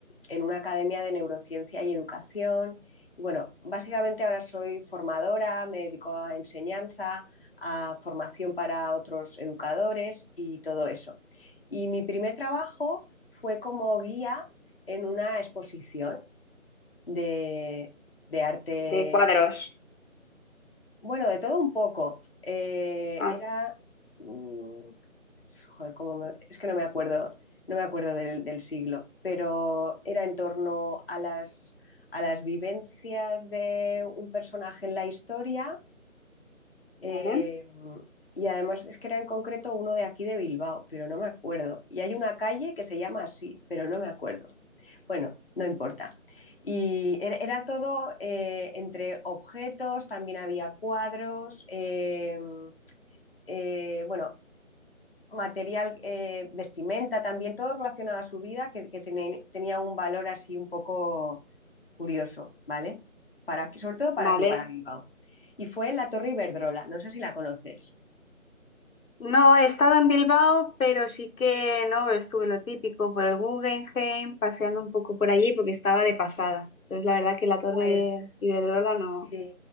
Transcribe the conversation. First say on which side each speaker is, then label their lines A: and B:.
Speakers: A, on the left; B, on the left.
A: en una academia de neurociencia y educación. Y bueno, básicamente ahora soy formadora, me dedico a enseñanza, a formación para otros educadores y todo eso. Y mi primer trabajo fue como guía en una exposición de, de arte
B: De cuadros.
A: bueno, de todo un poco. Eh,
B: Ah,
A: era... mm, joder, cómo me- es que no me acuerdo, no me acuerdo del, del siglo, pero era en torno a las, a las vivencias de un personaje en la historia eh,
B: vale.
A: y además es que era en concreto uno de aquí de Bilbao, pero no me acuerdo. Y hay una calle que se llama así, pero no me acuerdo. Bueno, no importa. Y era, era todo eh, entre objetos, también había cuadros, eh, eh, bueno, material, eh, vestimenta también, todo relacionado a su vida que, que tene- tenía un valor así un poco curioso, ¿vale? Para, sobre todo para
B: Vale.
A: aquí, para Bilbao. Y fue en la Torre Iberdrola, no sé si la conoces.
B: No he estado en Bilbao, pero sí que no estuve lo típico por el Guggenheim, paseando un poco por allí porque estaba de pasada. Entonces, la verdad que la Torre
A: Pues
B: Iberdrola no.
A: si,